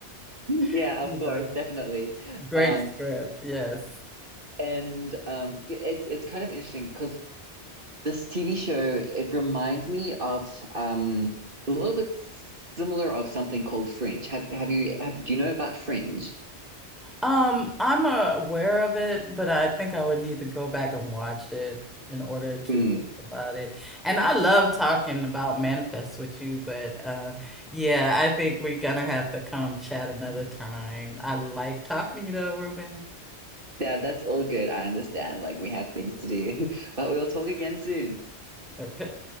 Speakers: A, on the right (about 50°); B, in the centre.
A: <laughs> Yeah,
B: <laughs>
A: of
B: you
A: course,
B: know
A: definitely.
B: great
A: Um,
B: script yes
A: and um, y- it's it's kind of interesting because this TV show it reminds me of um a little bit similar of something called Fringe. Have have you have do you know about Fringe?
B: Um, I'm uh, aware of it, but I think I would need to go back and watch it in order to
A: Mm,
B: talk about it. And I love talking about manifests with you, but uh yeah, I think we're gonna have to come chat another time. I like talking to you though, Ruben.
A: yeah, that's all good. I understand. Like we have things to do, <laughs> but we'll talk again soon.
B: Okay.